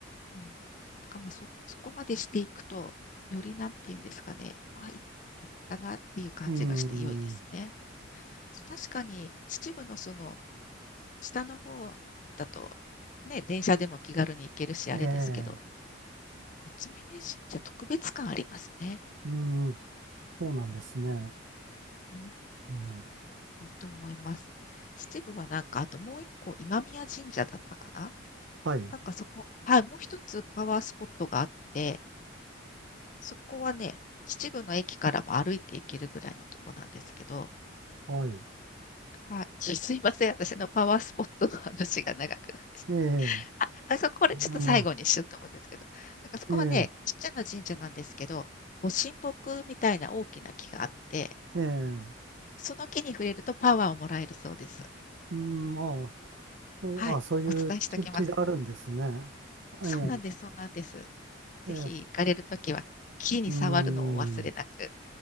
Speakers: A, on the left; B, on the right.
A: うん、だからまあそ、そこまでしていくと、よりなんていうんですかね、あ、い、いったなっていう感じがして良いですね。
B: うん。
A: 確かに秩父のその下の方だと、ね、電車でも気軽に行けるし、
B: ええ、
A: あれですけど、三峯神社特別感ありますね。
B: うん、そうなんですね。
A: うん、
B: うん、
A: いいと思います。秩父はなんか、あともう一個、今宮神社だったかな。
B: はい、
A: なんかそこ、はい、もう一つパワースポットがあって、そこはね、秩父の駅からも歩いて行けるぐらいのとこなんですけど、
B: はい。
A: はい、<laughs> すいません、私のパワースポットの話が長くなって。
B: ええ、
A: あ、あそこ、これちょっと最後にしようと思うんですけど、
B: あの、
A: なんかそこはね、
B: ええ、
A: ちっちゃな神社なんですけど、ご神木みたいな大きな木があって、
B: ええ、
A: その木に触れるとパワーをもらえるそうです。
B: うん、まあ、そうあ、
A: はい、
B: そういう気、
A: お伝えしておきます。
B: 気があるんですね。
A: そうなんです、
B: ええ、
A: そうなんです。ぜひ行かれるときは、
B: ええ、
A: 木に触るのをお忘れなく。
B: うん、